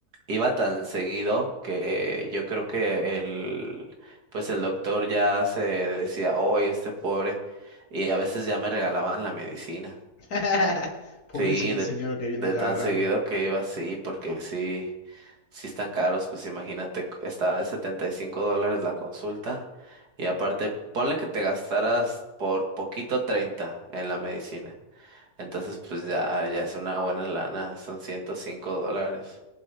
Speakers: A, on the right; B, on the left.
A: iba tan seguido que yo creo que el, pues el doctor ya se decía, hoy este pobre, y a veces ya me regalaban la medicina.
B: <laughs> Pobrecito
A: Sí,
B: el
A: de,
B: señor que viene
A: de
B: a cada
A: tan
B: rato.
A: seguido que iba, sí, porque sí, sí están caros, pues imagínate, c- estaba de 75 dólares la consulta y aparte, ponle que te gastaras por poquito 30 en la medicina, entonces pues ya, ya es una buena lana, son 105 dólares,